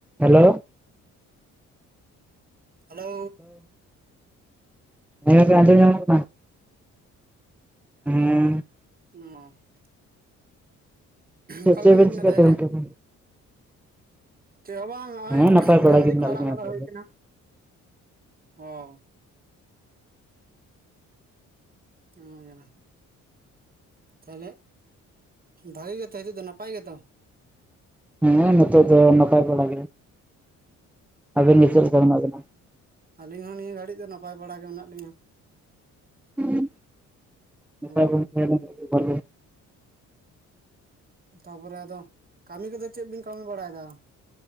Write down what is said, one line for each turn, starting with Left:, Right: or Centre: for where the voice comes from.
Centre: Hello.
Right: Hello.
Centre: ᱞᱟᱹᱭ ᱢᱮ ᱥᱮ ᱟᱡᱚᱢ ᱧᱟᱢᱚᱜ ᱠᱟᱱᱟ ᱾ ᱦᱩᱸ ᱾
Right: ᱚᱸ ᱾
Centre: ᱪᱮᱫ
Right: ᱚᱠᱟ ᱞᱮᱠᱟ
Centre: ᱵᱤᱱ
Right: ᱢᱮᱱᱟᱜ ᱵᱤᱱᱟ
Centre: ᱪᱤᱠᱟᱹᱮᱫ
Right: ᱛᱟᱦᱚᱞᱮ
Centre: ᱛᱟᱦᱮᱱ ᱚᱱᱠᱟ ᱫᱚ ᱾
Right: ᱪᱮᱫ ᱦᱚᱸ ᱵᱟᱝ
Centre: ᱦᱮᱸ
Right: ᱱᱚᱜ ᱚᱭ
Centre: ᱱᱟᱯᱟᱭ ᱵᱟᱲᱟ
Right: ᱰᱟᱝᱨᱤ
Centre: ᱜᱮ ᱢᱮᱱᱟᱜ
Right: ᱠᱚ ᱟᱲᱟᱜ
Centre: ᱞᱤᱧᱟ
Right: ᱵᱟᱲᱟ
Centre: ᱱᱤᱛᱚᱜ
Right: ᱦᱩᱭ
Centre: ᱫᱚ
Right: ᱟᱠᱟᱱᱟ ᱦᱚ ᱾ ᱦᱚᱸᱡᱟᱱᱟ ᱾ ᱛᱟᱦᱚᱞᱮ ᱵᱷᱟᱜᱤ ᱜᱮᱛᱚ ᱦᱤᱛᱚᱜ ᱫᱚ ᱱᱟᱯᱟᱭ ᱜᱮᱛᱚ ᱾
Centre: ᱦᱮᱸ ᱱᱤᱛᱚᱜ ᱫᱚ ᱱᱚᱯᱟᱭ ᱵᱟᱲᱟ ᱜᱮ ᱟᱵᱤᱱ
Right: ᱚ
Centre: ᱜᱮ ᱪᱮᱫ ᱞᱮᱠᱟ ᱢᱮᱱᱟᱜ ᱵᱮᱱᱟ
Right: ᱟᱹᱞᱤᱧ ᱦᱚᱸ ᱱᱤᱭᱟᱹ ᱜᱷᱟᱹᱲᱤᱡ ᱫᱚ ᱱᱟᱯᱟᱭ ᱵᱟᱲᱟ ᱜᱮ ᱢᱮᱱᱟᱜ ᱞᱤᱧᱟᱹ ᱾
Centre: <unintelligible>
Right: ᱦᱳᱭ ᱦᱳᱭ ᱛᱟᱯᱚᱨᱮ ᱟᱫᱚ ᱠᱟᱹᱢᱤ ᱠᱚᱫᱚ ᱪᱮᱫ ᱵᱤᱱ ᱠᱟᱹᱢᱤ ᱵᱟᱲᱟᱭᱫᱟ ᱾